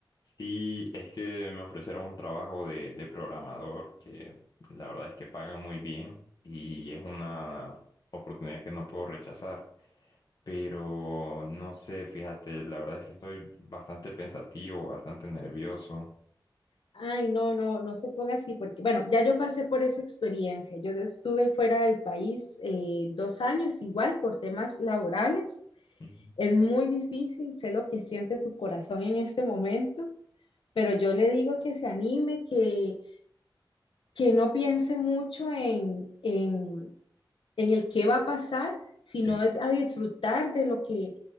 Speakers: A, on the left; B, on the left.
A: Sí, es que me ofrecieron un trabajo de, de programador que la verdad es que paga muy bien y es una oportunidad que no puedo rechazar. Pero no sé, fíjate, la verdad es que estoy bastante pensativo, bastante nervioso.
B: Ay, no, no, no se ponga así porque, bueno, ya yo pasé por esa experiencia. Yo estuve fuera del país eh, dos años igual por temas laborales.
A: Ujú.
B: Es muy difícil, sé lo que siente su corazón en este momento, pero yo le digo que se anime, que, que no piense mucho en, en en el qué va a pasar, sino
A: Sí.
B: a disfrutar de lo que,